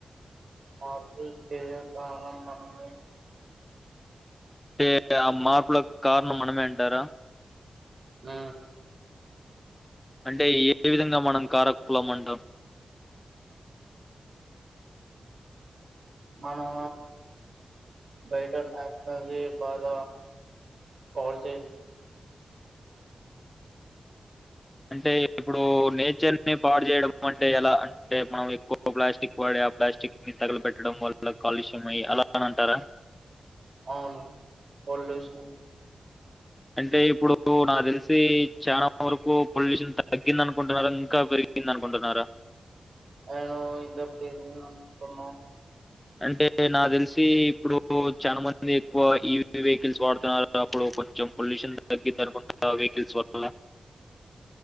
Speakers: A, on the right; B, on the left.
A: మార్పులు చేయదాహ మనమే
B: అంటే ఆ మార్పుల కారణం మనమేంటారా
A: ఆ
B: అంటే ఏ విధంగా మనం కారకులం మండం
A: మనము బైట బద కాలజస్
B: అంటే ఇప్పుడు నేచర్ని పాడు చేేయడం అంటే ఎలా అంటే మనం ఎక్కువ ప్లాస్టిక్ పాడే ప్లాస్టిక్ ని తగల పెెట్టడం వల్ల కాలుష్యం అయ్యి అలా అనింటారా
A: అవును ప్యూషన్
B: అంటే ఇప్పుడు నాకు తెలిసి చాలా వరకు పొల్యూషన్ తగ్గింది అనుకుంటున్నారు ఇంకా పెరిగి ఇింద అనుకుంటన్నార
A: నేను ఇంత పజ అనుకుంటున్నా
B: అంటే నాకు తెలిసి ఇప్పుడు చాలా మంది ఎక్కువ ఈ వెహికల్స్ వాడుతున్నారు అప్పుడు కొంచెం పొల్యూషన్ తగ్గింది అనుకుంట వెహికల్స్ వల్